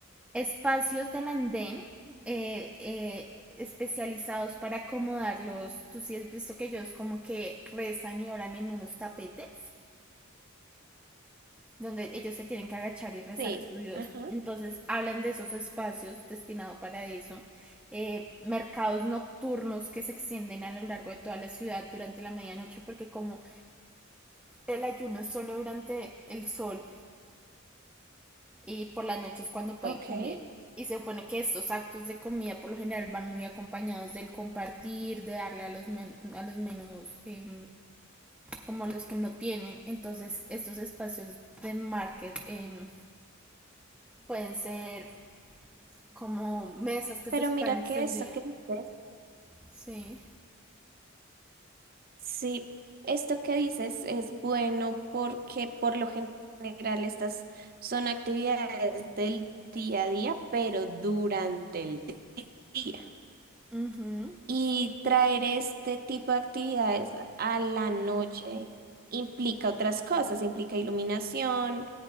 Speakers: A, in the centre; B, on the right.
A: espacios del andén eh, eh, especializados para acomodarlos. Tú sí has visto que ellos como que rezan y oran en unos tapetes, donde ellos se tienen que agachar y rezar
B: sí,
A: a su Dios.
B: ajá,
A: Entonces hablan de esos espacios destinados para eso. Eh, mercados nocturnos que se extienden a lo largo de toda la ciudad durante la medianoche, porque como el ayuno es solo durante el sol y por la noche es cuando pueden
B: ok.
A: comer. Y se supone que estos actos de comida por lo general van muy acompañados del compartir, de darle a los, men- a los menos eh, como los que no tienen. Entonces estos espacios de market eh, pueden ser como mesas que
B: Pero
A: se pueden
B: mira
A: extender.
B: que esto que dices
A: Sí.
B: Sí, esto que dices es bueno porque por lo gen- general estas son actividades del día a día, pero durante el di- día.
A: Ujú.
B: Y traer este tipo de actividades a la noche implica otras cosas, implica iluminación,